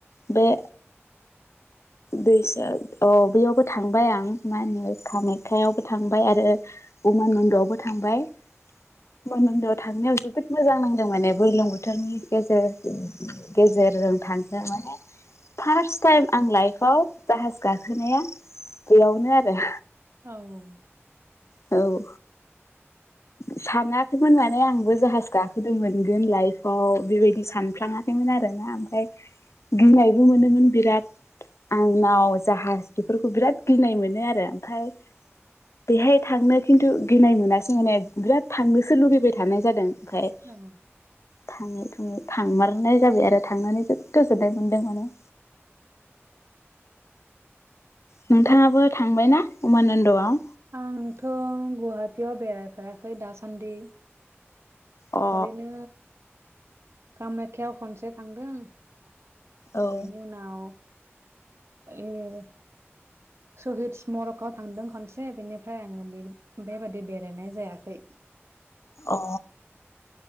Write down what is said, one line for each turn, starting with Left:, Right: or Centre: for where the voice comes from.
Left: बे दैसा औ बेयावबो थांबाय आं मा होनो कामाखायावबो थांबाय आरो उमा नन्दआवबो थांबाय उमा नन्दआव थांनायाव जोबोद मोजां नांदों माने बुरलुंबुथुर बोथोरनि गेजेर गेजेरजों थांनो माने फार्स टाइम आं लाइफआव जाहाज गाखोनाया बेयावनो आरो
Right: औ औ
Left: औ सानाखैमोन माने आंबो जाहाज गाखोदों मोनगोन लाइफआव बेबायदि सानफ्लाङा मोनाखै आरो ना ओमफ्राय गिनायबो मोनोमोन बिराद आं नाव जाहाज बेफोरखौ बिराद गिनाय मोनो आरो ओमफ्राय बेहाय थांनो खिन्थु गिनाय मोनासै माने बिराद थांनोसो लुुबैबाय थानाय जादों ओमफ्राय
Right: औ
Left: थाङै थुङै थांमारनाय जाबाय आरो थांनानै जोबोद गोजोन्नाय मोन्दों माने नोंथाङाबो थांबाय ना उमानन्दआव
Right: आंथ' गुवाहाटियाव बेरायफेराखै दासान्दि
Left: अ
Right: ओरैनो कामाख्यायाव खनसे थांदों
Left: औ
Right: बेनि उनाव ए सहिद स्मरकाव थांदों खनसे बेनिफ्राय आङो बे बेबादि बेरायनाय जायाखै
Left: अ